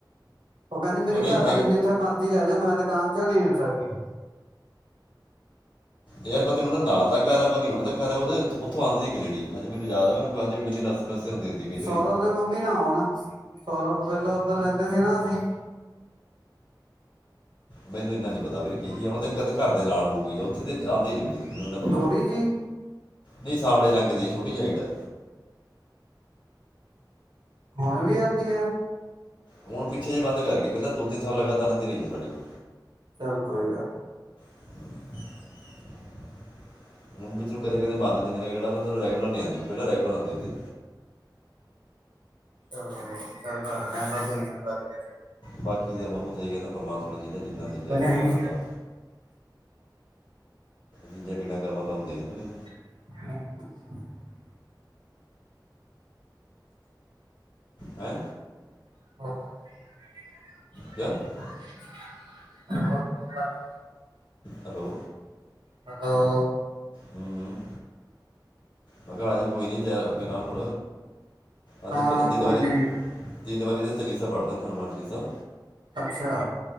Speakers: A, on the right; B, on the left.
A: ਉਹ ਕਹਿੰਦੀ ਮੇਰੀ
B: ਨਹੀਂ
A: ਘਰ
B: ਹੈ
A: ਆਲੇ ਨੂੰ ਜਿੱਥੇ ਮਰਜ਼ੀ ਲੈ ਜਾਓ ਮੈਂ ਦੁਕਾਨ ਚੋਂ ਨੀ ਹਿਲ ਸਕਦੀ।
B: ਯਾਰ ਪਤਾ ਨੀ ਉਹਨਾਂ ਨਾਲ ਦਾ ਘਰ ਹੈ ਪਣੀ ਉਹਨਾਂ ਦਾ ਘਰ ਉਹਦੇ ਉੱਥੋਂ ਆਉਂਦੀ ਇੱਕ ਲੇੜੀ ਹਜੇ ਮੈਨ ਯਾਦ ਮੈਨੂੰ ਹਜੇ ਮ ਸਮੱਸਿਆ ਹੁੰਦੀ ਹੁੰਦੀ ਕਈ ਵਾਰੀ
A: ਸੌਰਭ ਨੇ ਮੰਮੀ ਨਾ ਆਣਾ ਸੌਰਭ ਪਹਿਲਾਂ ਉਧਰ ਰਹਿੰਦੇ ਸੀ ਨਾ ਅਸੀਂ।
B: ਮੈਨੂੰ ਇੰਨਾ ਨਹੀਂ ਪਤਾ ਮੇਰੇ ਦੀਦੀ ਕੀ ਉਹਨਾਂ ਦੇ ਘਰ ਦੇ ਨਾਲ ਹੋ ਗਈ ਆ ਉੱਥੇ ਦੇ ਜਾਂਦੇ ਦੀਦੀ। ਮੈਨੂੰ ਏਨਾ ਪਤਾ
A: ਗੌਰੀ ਜੀ
B: ਨੀ ਸਾਂਵਲੇ ਰੰਗ ਦੀ ਛੋਟੀ ਜਿਹੀ ਹਾਈਟ ਹੈ।
A: ਹੁਣ ਵੀ ਆਉਂਦੀ ਹੈ।
B: ਹੁਣ ਪਿਛੇ ਜੇ ਬੰਦ ਕਰ ਗਏ ਪਹਿਲਾਂ ਦੋ-ਤਿੰਨ ਸਾਲ ਲਗਾਤਾਰ ਆਂਦੀ ਰਹੀ ਹੈ ਸਾਢੇ ਕੋਲ।
A: ਚੱਲ ਕੋਈ ਗੱਲ
B: <inaudible> ਹੁਣ ਵਿਚ ਕਦੇ-ਕਦੇ ਮਾਰ ਲੈਂਦੀ ਵੀਰੇ ਗੇੜਾ ਬਸ ਹੁਣ ਰੈਗੂਲਰ ਨਹੀਂ ਆਉਦੀ ਪਹਿਲਾਂ ਰੈਗੂਲਰ ਆਉਦੀ ਹੰਦੀ
A: ਹਾਂ ਚੱਲ ਘਰ ਇਹ <unintelligible>
B: ਬਾਕੀ ਜੇ ਮੈਨੂੰ ਸਹੀ ਹੈ ਕੇਦਾ ਪਰਮਾਤਮਾ ਨ ਜੀਦਾ ਜਿੰਨਾ ਲਿਖਿਆ
A: ਕਿ
B: ਵੇ
A: ਨਹੀਂ
B: ਹਿਸਾਬ-ਕਿਤਾਬ। ਜੀਦੇ ਬੀਣਾ ਕਰਮਾਂ ਤਾਂ ਆਂਦੇ ਕੇ ਨਹੀਂ
A: <unintelligible>
B: ਹੈ।
A: ਹੋਰ <unintelligible>
B: ਕ <unintelligible>
A: <unintelligible> ਕੀ ਹਾਲ ਹੈ।
B: ਹੈਲੋ!
A: ਹੈਲੋ!
B: ਹੂੰ ਹੂੰ ਮੈਂ ਕਿਹਾ ਆ ਜੀ ਕੋਈ ਨਹੀਂ ਤਿਆਰ ਹੋਈ ਆਰਾਮ ਅੱਜ
A: ਹਾਂ
B: ਪਹਿਲਾਂ ਤਿੰਨ
A: ਕੋਈ
B: ਵਾਰੀ
A: ਨਹੀਂ
B: ਤਿੰਨ ਵਾਰੀ ਦਾ ਚਲੀਸਾ ਪੜ੍ਹਦੇ ਨੇ ਨਾਮ ਚਲੀਸਾ।
A: ਅੱਛਾ!